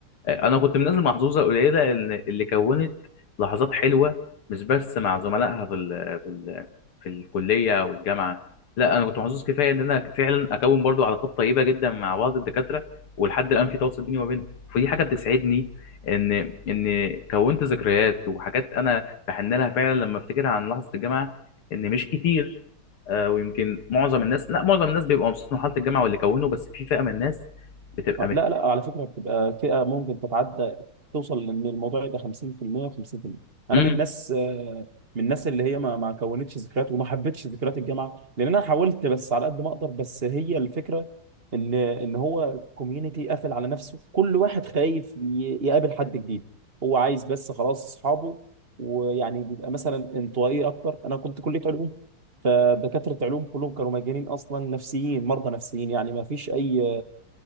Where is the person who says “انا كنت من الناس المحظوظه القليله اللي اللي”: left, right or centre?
Left